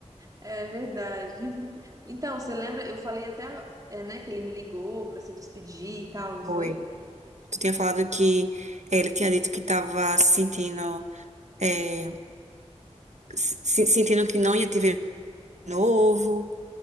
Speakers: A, on the right (about 30°); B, on the right (about 75°).
A: É verdade. <laughs> Então, você lembra? Eu falei até, é, né, que ele me ligou pra se despedir e tal, não
B: Foi.
A: foi?
B: Tu tinha falado que eh, ele tinha dito que estava sentindo eh, se- se- sentindo que não ia te ver de novo